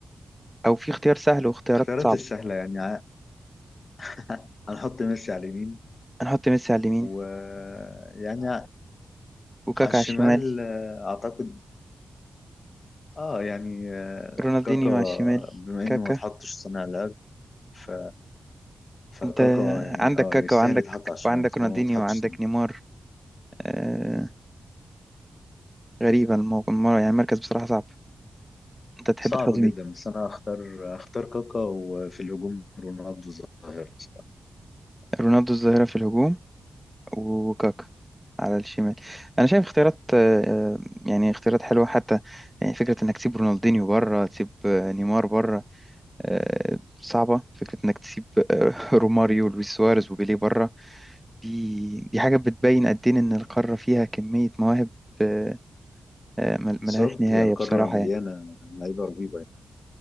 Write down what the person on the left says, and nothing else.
اختيارات
السهلة يعني ع- <laughs> هنحط ميسي على اليمين
ويعني
على الشمال
آه، اعتقد اه يعني آه،
كاكا
بما انه
ما اتحطش صانع لعب ف... فكاكا
يعني
اه
يستاهل
يتحط على الشمال
طالما
ما اتحطش
صانع
صعب
جدا بس انا هختار هختار كاكا وفي الهجوم رونالدو ظاهرة صراحة.
بالظبط
هي القارة
مليانة
لعيبة رهيبة